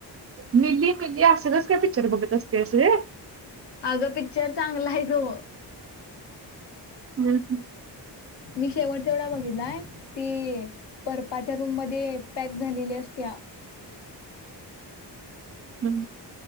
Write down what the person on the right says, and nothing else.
मिली मिली असंच काय पिक्चर बघत असत्यास ग
हम
हं